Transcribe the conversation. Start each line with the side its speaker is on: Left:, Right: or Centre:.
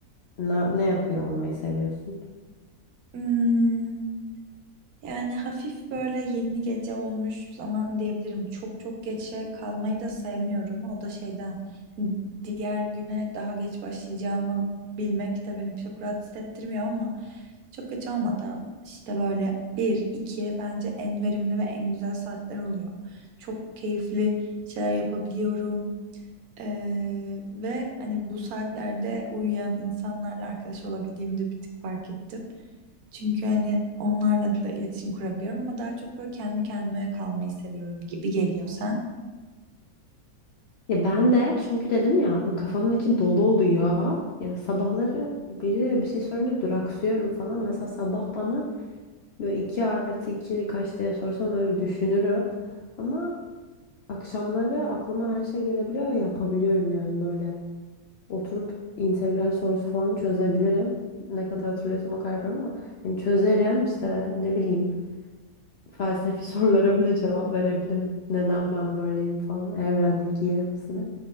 Left: na- ne yapıyor olmayı seviyorsun?
Right: Hmm, Yani hafif böyle yeni gece olmuş zaman diyebilirim. Çok çok geçe kalmayı da sevmiyorum. O da şeyden hani diğer güne daha geç başlayacağımı bilmek de beni çok rahat hissettirmiyor ama çok geç olmadan işte böyle bir, iki bence en verimli ve en güzel saatler oluyor. Çok keyifli şeyler yapabiliyorum. Ee, ve hani bu saatlerde uyuyan insanlarla arkadaş olabildiğimi de bir tık fark ettim. Çünkü hani onlarla da iletişim kurabiliyorum ama daha çok böyle kendi kendime kalmayı seviyorum gibi geliyor sen.
Left: Ya ben de çünkü dedim ya bu kafamın içi dolu oluyor. Ya sabahları biri bir şey sorunca duraksıyorum falan. Mesela sabah bana böyle 2 artı 2 kaç diye sorsam böyle bir düşünürüm. Ama akşamları aklıma her şey gelebiliyor ve yapabiliyorum yani böyle. Oturup integral sorusu falan çözebilirim. Ne kadar hatırlıyorsam o kadar yaparım ama yani çözerim işte ne bileyim felsefi <laughs> sorulara bile cevap verebilirim. Neden ben böyleyim falan. Evrendeki yerimiz ne?